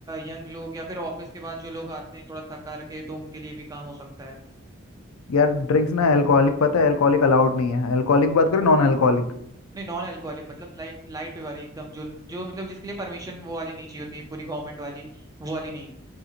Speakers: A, on the right; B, on the left.
A: यंग लोग या फिर ऑफिस के बाद जो लोग आते हैं थोड़ा थका रखे तो उनके लिए भी काम हो सकता है
B: यार ड्रिंक्स ना अल्कोहलिक पता है अल्कोहलिक अलाउड नहीं है अल्कोहलिक बात करो नॉन अल्कोहलिक
A: नहीं नॉन अल्कोहलिक मतलब लाइट लाइट वाली एकदम जो जो मतलब जिसके लिए परमिशन वो वाली नहीं चाहिए होती है पूरी गवर्नमेंट वाली वो वाली नहीं